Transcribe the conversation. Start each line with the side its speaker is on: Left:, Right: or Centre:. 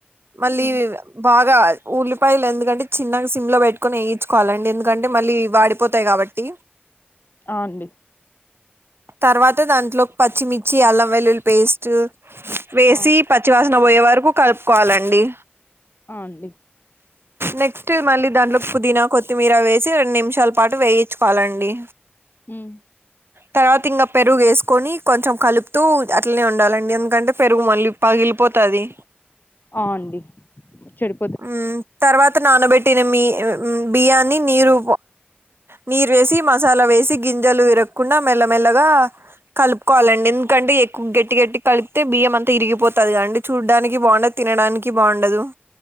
Right: మళ్ళీ
Left: ఉమ్
Right: బాగా ఊల్లిపాయలు ఎందుకంటే చిన్నగ సిమ్ లో పెట్టుక్ కొని వేయించుకోవాలండి ఎందుకంటే మళ్ళీ వాడిపోతాయి కాబట్టి
Left: అ అండి
Right: తర్వాత దాంట్లో పచ్చిమిర్చి అల్లం వెల్లుల్లి పేస్ట్ వేసి
Left: ఆ
Right: పచ్చివాసన పోయే వరకు కలుపుకోవాలండి
Left: ఆ అండి
Right: నెక్స్ట్ మళ్ళీ దాంట్లో పుదీనా కొత్తిమీర వేసి రెండు నిమిషాల పాటు వేయించుకోవాలండి
Left: మ్మ్
Right: తర్వాత ఇంగ పెరుగు వేసుకొని కొంచెం కలుపుతూ అట్లనే ఉండాలండి ఎందుకంటే పెరుగు మళ్ళీ పగిలిపోతాది
Left: ఆ అండి చెడు
Right: మ్మ్ తర్వాత నానబెట్టిన మీ బియ్యాన్ని నీరు నీరేసి మసాలా వేసి గింజలు విరక్కుండా మెల్లమెల్లగా కలుపుకోవాలండి ఎందుకంటే ఎక్కువ గట్టి గట్టి గా కలిపితే బియ్యం అంతా ఇరిగిపోతది గా అండి చూడ్డానికి బాగుండదు తినడానికి బాగుండదు